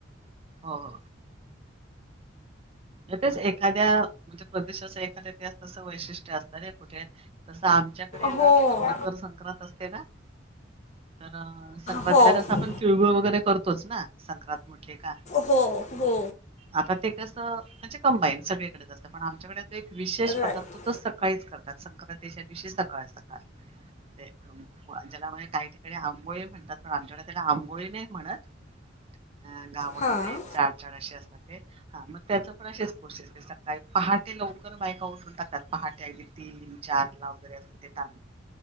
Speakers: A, on the right (about 30°); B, on the left (about 35°).
A: हो एखाद्या प्रश एखाद्या ते अससं वैशिष्ट्य असत रे कुठे तसं आम मच्याकडे
B: हो
A: ना मकर संक्रांत असते ना? तर संक्रांतीला
B: हो
A: कस आपण तिळगुळ वगैरे करतोच ना संक्रांत म्हटले का.
B: हो हो
A: आता ते कसं म्हणजे कंबाईन सगळीकडे असतं पण आमच्याकडे त एक विशेष
B: राईट
A: पदार्थ तर सकाळीच करत संक्रांतीच्या दिवशी सकाळ सकाळ. ते ज्याला म्हणजे काही ठिकाणी आंबोळी म्हणतात पण आमच्याकड त्याला आंबोळी नाही म्हणत. अ गावण
B: हां
A: टाईप <unintelligible> पण असेच कोर्सेस सकाळी पहाटे लवकर बायका उठून टाकात पहाटे अगदी तीन चार ला वगैरे अस देतात